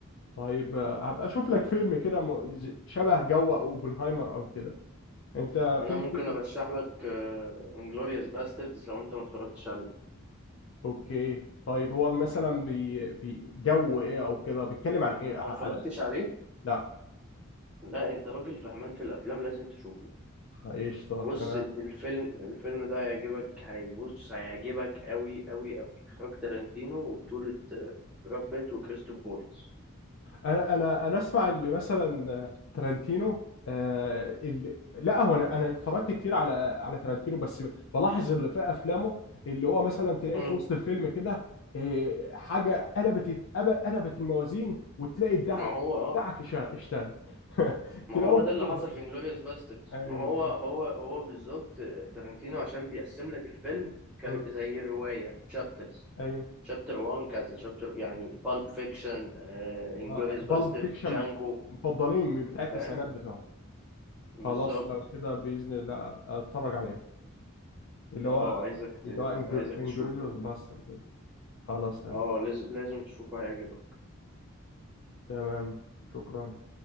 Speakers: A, on the left (about 60°); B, in the centre.
A: طيب آه، هبقى اشوف لك فيلم كده م- ز- شبه جو اوبنهايمر او كده انت
B: انا
A: في
B: ممكن
A: فيلم
B: ارشح لك انجلوريوس باستردز لو انت ما اتفرجتش عليه
A: اوكي طيب هو مثلا بي... بي... جو ايه او كده بيتكلم عن ايه
B: انت
A: ح-
B: ما اتفرجتش
A: على
B: عليه
A: لا
B: لا انت راجل فهمان في الافلام لازم تشوفه
A: قشطه
B: بص
A: تمام
B: ال- الفيلم الفيلم ده هيعجبك هي بص هيعجبك قوي قوي قوي اخراج تارانتينو وبطولة آه، براد بيت وكريستوف فولتز
A: انا انا انا اسمع اللي مثلا ترنتينو آه، اللي لا هو انا انا اتفرجت كتير على على ترنتينو بس بلاحظ اللي في افلامه اللي هو مثلا تلاقيه
B: مم.
A: في وسط الفيلم كده آه، حاجه قلبت قلبت الموازين وتلاقي الدعك
B: ما هو اه
A: دعك شا- اشتغل <laughs>
B: ما
A: تلاقيهم
B: هو ده
A: كده
B: اللي
A: بيضربوا.
B: حصل في انجلوريوس باستردز
A: ايوه
B: ما هو
A: بالظبط
B: هو هو بالظبط آه، تارانتينو عشان بيقسم لك الفيلم كر-
A: مم.
B: زي الرواية تشابترز
A: ايوه
B: شابتر 1 كذا شابتر يعني بالب فيكشن انجلوريوس
A: اه بالب
B: باستر
A: فيكشن
B: جانجو
A: من المفضلين بتاع التسعينات
B: فاهم
A: بتوعه
B: بالظبط
A: خلاص لو كده باذن الله أبقى اتفرج عليها اللي
B: اه
A: هو
B: عايزك ت...
A: اللي هو
B: عايزك
A: انجريديوس
B: تشوفه
A: باسترد خلاص تمام
B: اه لازم لازم تشوفه هيعجبك
A: تمام شكرا